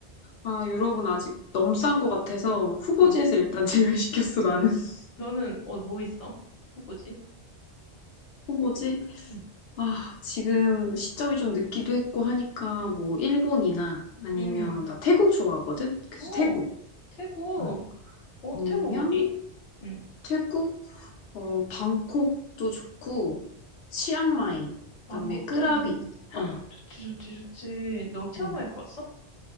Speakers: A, on the left; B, on the left.
A: 아, 유럽은 아직 넘싼 것 같아서 후보지에서
B: 어,
A: 일단 제외시켰어, 나는. <laughs>
B: 너는 어, 뭐 있어? 후보지?
A: 후보지?
B: 응.
A: 아, 지금 시점이 좀 늦기도 했고 하니까 뭐 일본이나 아니면
B: 음.
A: 나 태국 좋아하거든. 그래서
B: 어,
A: 태국.
B: 태국.
A: 응.
B: 어,
A: 아니면
B: 태국 어디? 응.
A: 태국 어 방콕도 좋고 치앙마이 그다음에
B: 방콕
A: 끄라비.
B: 치앙마이.
A: 어.
B: 좋지, 좋지, 좋지. 너 치앙마이
A: 어.
B: 가봤어?